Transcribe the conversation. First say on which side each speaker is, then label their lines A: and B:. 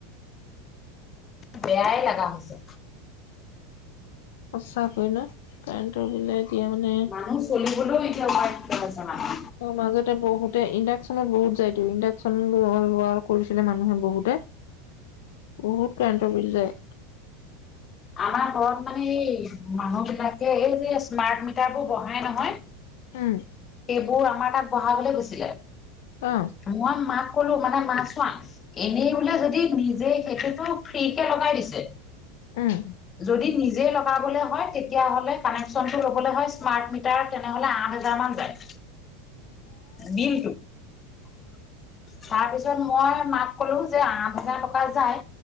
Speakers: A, on the left; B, on the left.
A: বেয়াই লাগা হৈছে।
B: সঁচাকৈ ন কাৰেণ্টৰ বিলে এতিয়া মানে
A: মানুহ চলিবলৈ এতিয়া বৰ দিগদাৰ হৈছে মানে।
B: অ মাজতে বহুতে ইণ্ডাকচনত বহুত যায়তো ইণ্ডাকচন লোৱা কৰিছিলে মানুহে বহুতে, বহুত কাৰেণ্টৰ বিল যায়।
A: আমাৰ ঘৰত মানে এই মানুহবিলাকে এই যে স্মাৰ্টমিটাৰ বোৰ বহাই নহয়
B: উম।
A: এইবোৰ আমাৰ তাত বহাবলৈ গৈছিলে।
B: অ
A: মই মাক কলো মানে মা চোৱা, এনেই বোলে যদি নিজে সেইটোতো ফ্ৰী কে লগাই দিছে।
B: উম
A: যদি নিজে লগ লগাবলৈ হয়, তেতিয়ালে কানেকশ্যনটো লবলৈ হয় স্মাৰ্ট মিটাৰত তেনেহলে আঠ হাজাৰ মান যায়। দিনটো। তাৰ পিছত মই মাক কলো যে আঠ হাজাৰ টকা যায়,